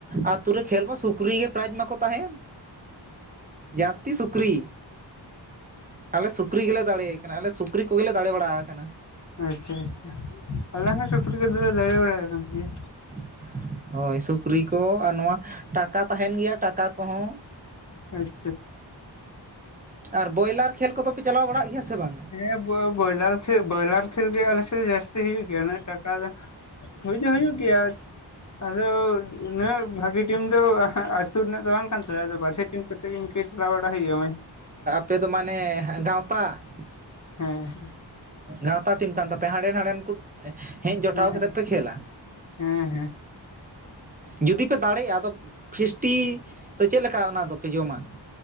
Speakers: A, on the right (about 20°); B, on the left (about 40°).
A: ᱟᱛᱩ ᱨᱮ ᱠᱷᱮᱞ ᱢᱟ ᱥᱩᱠᱨᱤ ᱜᱮ ᱯᱨᱟᱭᱤᱡᱽ ᱢᱟᱠᱚ ᱛᱟᱦᱮᱱ ᱡᱟᱹᱥᱛᱤ ᱥᱩᱠᱨᱤ ᱟᱞᱮ ᱥᱩᱠᱨᱤ ᱜᱮᱞᱮ ᱫᱟᱲᱮ ᱟᱞᱮ ᱥᱩᱠᱨᱤ ᱠᱚᱜᱮᱞᱮ ᱫᱟᱲᱮ ᱵᱟᱲᱟ ᱠᱟᱱᱟ
B: ᱟᱪᱷᱟ ᱟᱪᱷᱟ ᱟᱞᱮ ᱦᱚᱸ ᱥᱩᱠᱨᱤ ᱠᱚᱫᱚ ᱞᱮ ᱫᱟᱲᱮ ᱵᱟᱲᱟ ᱟᱠᱟᱱ ᱜᱮᱭᱟ
A: <inaudible> ᱦᱳᱭ ᱥᱩᱠᱨᱤ ᱠᱚ ᱟᱨ ᱱᱚᱣᱟ ᱴᱟᱠᱟ ᱛᱟᱦᱮᱱ ᱜᱮᱭᱟ ᱴᱟᱠᱟ ᱠᱚᱦᱚᱸ
B: ᱟᱪᱪᱷᱟ
A: ᱟᱨ ᱵᱚᱭᱞᱟᱨ ᱠᱷᱮᱞ ᱠᱚᱫᱚᱯᱮ ᱪᱟᱞᱟᱣ ᱵᱟᱲᱟᱜ ᱜᱮᱭᱟ ᱥᱮ ᱵᱟᱝ
B: ᱦᱮᱸ ᱵᱚ ᱵᱚᱭᱞᱟᱨ ᱠᱷᱮᱞ ᱵᱚᱭᱞᱟᱨ ᱠᱷᱮᱞ ᱜᱮ ᱟᱞᱮᱥᱮᱫ ᱫᱚ ᱡᱟᱹᱥᱛᱤ ᱦᱩᱭᱩᱜ ᱜᱮᱭᱟ ᱩᱱᱟᱹᱜ ᱴᱟᱠᱟ ᱫᱚ ᱦᱩᱭ ᱫᱚ ᱦᱩᱭᱩᱜ ᱜᱮᱭᱟ ᱟᱫᱚ ᱩᱱᱟᱹᱜ ᱵᱷᱟᱹᱜᱤ ᱴᱤᱢ ᱫᱚ ᱟᱹᱛᱩ ᱨᱮᱱᱟᱜ ᱫᱚ ᱵᱟᱝ ᱠᱟᱱ ᱛᱟᱞᱮᱭᱟ ᱟᱫᱚ ᱵᱟᱦᱨᱮ ᱴᱤᱢ ᱠᱚ ᱤᱱᱠᱟ. ᱪᱟᱞᱟᱣ ᱵᱟᱲᱟ ᱦᱩᱭᱩᱜᱼᱟ ᱢᱮᱱ
A: ᱟᱯᱮᱫᱚ ᱢᱟᱱᱮ ᱜᱟᱣᱛᱟ
B: ᱦᱮᱸ ᱦᱮᱸ
A: ᱜᱟᱶᱛᱟ ᱴᱤᱢ ᱠᱟᱱ ᱛᱟᱯᱮᱭᱟ ᱦᱟᱸᱰᱮᱱ ᱱᱟᱸᱰᱮᱱ ᱠᱚ ᱦᱮᱡ ᱡᱚᱴᱟᱣ
B: ᱦᱮᱸ
A: ᱠᱟᱛᱮᱜ ᱯᱮ ᱠᱷᱮᱞᱟ
B: ᱦᱮᱸ ᱦᱮᱸ
A: ᱡᱩᱫᱤ ᱯᱮ ᱫᱟᱲᱮᱜᱼᱟ ᱟᱫᱚ ᱯᱷᱤᱥᱴᱤ ᱫᱚ ᱪᱮᱫᱞᱮᱠᱟ ᱚᱱᱟ ᱫᱚᱯᱮ ᱡᱚᱢᱟ